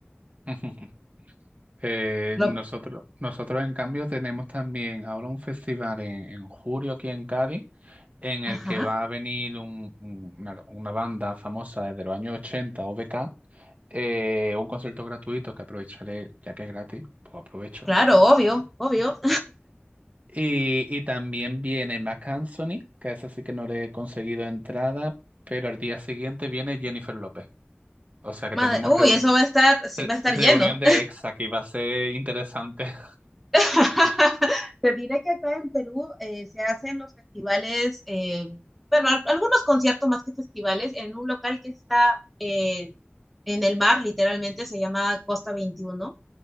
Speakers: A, on the right; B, in the centre.
A: <laughs> Ujú. Eh,
B: No.
A: nosotros, nosotros, en cambio, tenemos también ahora un festival en, en julio aquí en Cádiz, en el
B: Ajá,
A: que va a venir un- un- una, una banda famosa desde los años 80, OBK, eh, un concierto gratuito que aprovecharé, ya que es gratis, pues aprovecho.
B: claro, obvio, obvio.
A: Y, y también viene Marc Anthony, que ese sí que no le he conseguido entrada, pero al día siguiente viene Jennifer López. O sea que
B: Madre,
A: tenemos
B: uy,
A: reun-
B: eso va a estar,
A: re-
B: va a estar
A: reunión
B: lleno.
A: de ex aquí, va a ser interesante.
B: <laughs> Te diré que acá en Perú eh, se hacen los festivales, eh, bueno, al- algunos conciertos más que festivales, en un local que está eh, en el mar, literalmente, se llama Costa veintiuno